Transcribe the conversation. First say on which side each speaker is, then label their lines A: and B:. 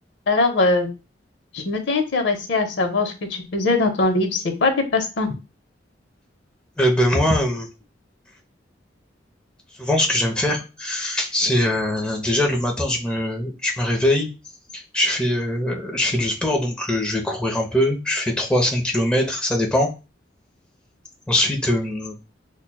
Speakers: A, on the left; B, in the centre.
A: Alors, euh, je m'étais intéressée à savoir ce que tu faisais dans ton livre. C'est quoi tes passe-temps?
B: Euh, ben moi, euh, souvent, ce que j'aime faire, c'est euh, déjà le matin, je me, je me réveille, je fais, euh, je fais du sport, donc euh, je vais courir un peu, je fais 3 à 5 kilomètres, ça dépend. Ensuite, euh,